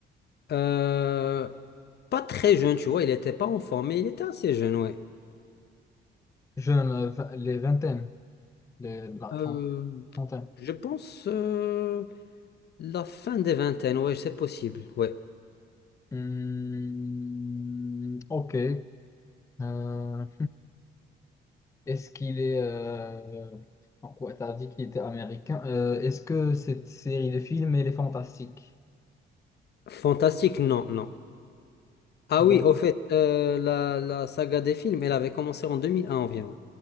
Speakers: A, on the left; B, on the left.
A: Euh, pas très jeune, tu vois, il n'était pas enfant, mais il était assez jeune, ouais.
B: Jeune, euh, vi- les vingtaines, les, la trente-
A: Euh,
B: trentaine.
A: je pense euh, la fin des vingtaines, ouais, c'est possible, ouais.
B: Hmm, ok. Euh, <laughs> Est-ce qu'il est... euh, en quoi t'as dit qu'il était américain. Euh, est-ce que cette série de films, elle est fantastique?
A: Fantastique, non, non. Ah
B: Donc,
A: oui, au fait, euh, la, la saga des films, elle avait commencé en 2001 environ.